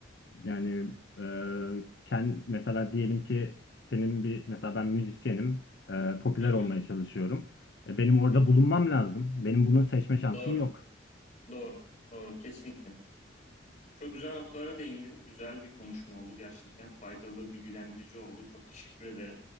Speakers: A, on the left; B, on the left.
A: Yani e, ken- mesela diyelim ki senin bir mesela ben müzisyenim, e, popüler
B: Hı hı,
A: olmaya çalışıyorum. E, benim orada
B: hı hı.
A: bulunmam lazım. Benim bunu seçme şansım
B: Doğru,
A: yok.
B: doğru, doğru, kesinlikle. Çok güzel noktalara değindin. Güzel bir konuşma oldu gerçekten. Faydalı, bilgilendirici oldu. Çok teşekkür ederim.